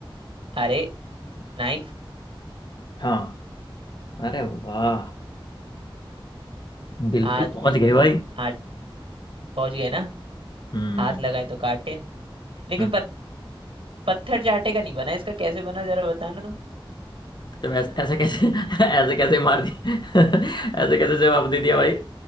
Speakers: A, on the right (about 80°); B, on the left (about 55°).
A: अरे नाइफ
B: हाँ अरे वाह बिल्कुल
A: हाथ
B: पहुंच
A: में
B: गए भाई
A: हाथ पहुंच गए ना
B: हम्म
A: हाथ लगाए तो काटे लेकिन
B: हम्म,
A: पत, पत्थर चाटे का नहीं बना इसका कैसे बना जरा बताना तुम
B: तो ऐसे ऐसे कैसे <laughs> ऐसे कैसे मार दी <laughs> ऐसे कैसे जवाब दे दिया
A: अरे
B: भाई